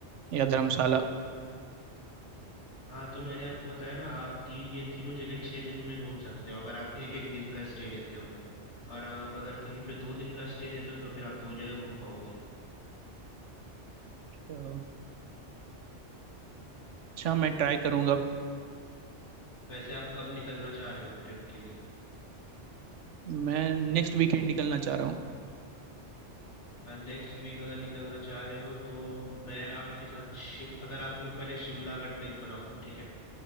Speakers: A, on the right (about 80°); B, on the left (about 75°).
A: या धर्मशाला
B: हाँ तो मैंने आपको बताया ना आप तीन ये तीनों जगह छह दिन में घूम सकते हो अगर आप एक एक दिन का स्टे लेते हो और अगर आप अगर कहीं पे दो दिन का स्टे लेते हो तो फिर आप दो जगह घूम पाओगे
A: तो अच्छा मैं ट्राई करूँगा
B: वैसे आप कब निकलना चाह रहे हो ट्रिप के लिए
A: मैं नेक्स्ट वीकेंड निकलना चाह रहा हूँ
B: नेक्स्ट वीक अगर निकलना चाह रहे हो तो मैं आपके साथ शिम अगर आप लोग पहले शिमला का ट्रिप बनाओ ठीक है